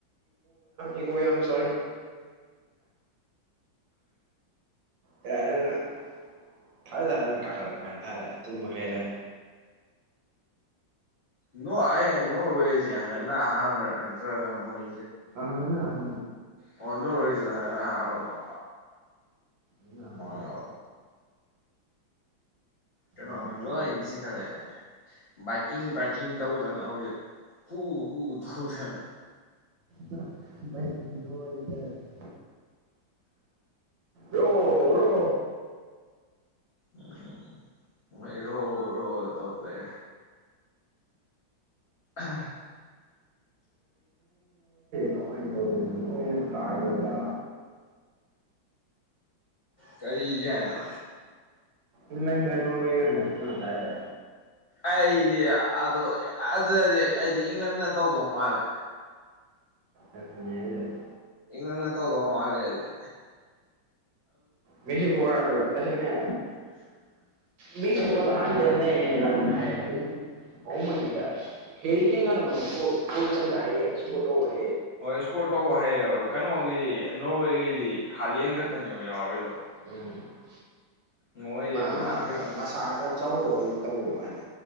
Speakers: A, on the right; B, on the left.
A: ꯏ ꯏꯣ ꯁꯣ ꯌꯥꯔꯅ ꯊꯥꯏ ꯊꯔ ꯀꯥꯈꯠꯂꯛꯄ ꯍꯥꯏ ꯊꯥꯔꯦ ꯆꯤꯟꯕꯒꯩꯔꯦ
B: ꯅ ꯑꯩ ꯅꯣꯔ ꯋꯦꯁꯦ ꯍꯟꯗꯛꯅ ꯑꯍꯥꯟꯕ ꯅꯠꯇ꯭ꯔꯒ ꯃꯣꯏ
A: ꯑꯅ ꯑ
B: ꯑꯣ ꯅꯔꯔꯤꯁꯤꯗ ꯍꯅ ꯑꯍꯥꯡ ꯅꯦ
A: ꯅꯪꯅ ꯑꯍꯥꯟꯕꯅꯦ
B: ꯌꯥ ꯀꯩꯅꯣꯅ
A: ꯋꯥꯡꯅ ꯈꯟꯗꯦ
B: ꯂꯣꯏ ꯆꯤꯡꯈꯠꯂꯛꯑꯦ ꯕꯥꯏꯛꯀꯤꯡ ꯕꯥꯏꯛꯀꯤꯡ ꯇꯧꯗꯅ ꯍꯧꯖꯤꯛ ꯍ ꯍ ꯊꯔꯨ ꯊꯅ
A: ꯗ ꯔꯣ ꯔꯣ
B: ꯎꯝ ꯃꯣꯏꯔꯣ ꯔꯣ ꯇꯧꯂꯦꯦ ꯑ
A: ꯀꯣ ꯑ ꯇꯣ ꯀꯥꯏ ꯌꯥ
B: ꯀꯔꯤꯒꯦ ꯍꯥꯏꯅ
A: ꯏꯅ ꯑꯣꯏꯩꯒ ꯇꯥꯏꯔꯦ
B: ꯑꯩꯗꯤ ꯑꯗꯨ ꯑꯗꯨꯗꯗꯤ ꯑꯩꯗꯤ ꯏꯪꯂꯟꯅ ꯇꯧꯗꯧ ꯃꯥꯜꯂꯦ
A: ꯑꯃꯤꯅꯤꯖꯔꯤ
B: ꯑꯗꯨꯅ ꯇꯧꯗꯧ ꯃꯥꯜꯂꯦꯗꯤ
A: ꯃꯤꯁꯨꯄꯣ ꯋꯥꯒ ꯇꯁꯅꯦ
B: <inaudible>
A: ꯃꯤ ꯇꯃ ꯂ ꯍꯥꯏ ꯅ ꯂ ꯍꯥꯏ ꯚꯧꯃꯅꯤꯗ ꯀꯦꯔꯤ ꯀꯔꯤꯉꯅꯣ ꯃꯣꯏ ꯀꯜ ꯆꯟꯕ ꯍꯩꯌꯦ ꯁꯣ ꯇꯧꯋꯦ
B: ꯍꯣꯏ ꯏꯁꯀꯣꯔ ꯇꯧꯕ ꯍꯩꯌꯦꯕ ꯀꯩꯅꯣꯒꯤꯗꯤ ꯅꯣꯔꯋꯦꯒꯤꯗꯤ ꯍꯥꯂꯦꯟ ꯈꯛꯇꯅꯦꯕ ꯌꯥꯎꯔꯔꯤꯗꯣ
A: ꯎꯝ
B: ꯃꯣꯏꯗꯤ
A: ꯃꯥ
B: ꯀꯩꯅꯣ
A: ꯃꯁꯥ ꯈꯔ ꯆꯥꯎꯗꯕꯩ ꯇꯧꯔꯤꯕ ꯋꯥꯅꯤ